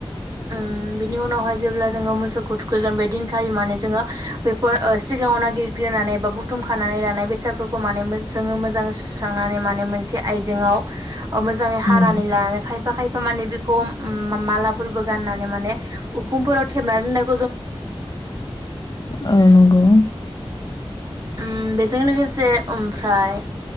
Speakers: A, on the right (about 40°); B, on the left (about 40°).
A: ओ अम बिनि उनावहाय जेब्ला जोंङो मोसौखौ थु खैजाम बेदिनो खालि माने जोङो बेफ। <unintelligible> फोर ओ सिगाङाव नागिरग्रोननानै बा बुथुमखानानै लानाय बेसादफोरखौ माने मोज जोङो मोजां सुस्रांनानै माने मोनसे आइजेंआव अ मोजाङै हानानै
B: उम
A: लाना खायफा खाय थारमाने बेखौ ओम मा-माला फोरबो गाननानै माने उखुमफोराव थेबना दोनो
B: औ नंगौ।
A: अम बेजों लोगोसे ओमफ्राय